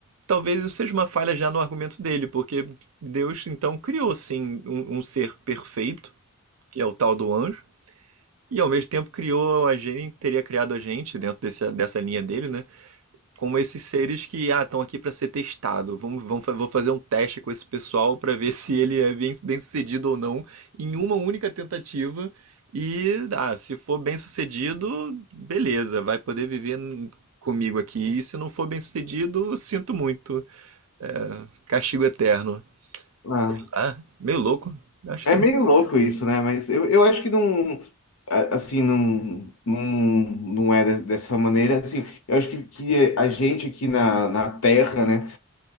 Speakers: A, on the right; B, on the left.
A: talvez isso seja uma falha já no argumento dele, porque Deus então criou sim um, um ser perfeito, que é o tal do anjo, e ao mesmo tempo criou a gente, teria criado a gente, dentro desse, dessa linha dele, né, como esses seres que ah, estão aqui para ser testado. Vamos, vamos, fa- vou fazer um teste com esse pessoal para ver <laughs> se ele é bem, bem sucedido ou não em uma única tentativa. E ah, se for bem sucedido, beleza, vai poder viver n- comigo aqui. E se não for bem sucedido, sinto muito. É, castigo eterno.
B: Ah,
A: Sei lá, meio louco. Acho
B: é
A: que.
B: meio louco isso, né? Mas eu, eu acho que não. a- Assim, não, não, não é de- dessa maneira. Assim, eu acho que, que a gente aqui na, na Terra, né?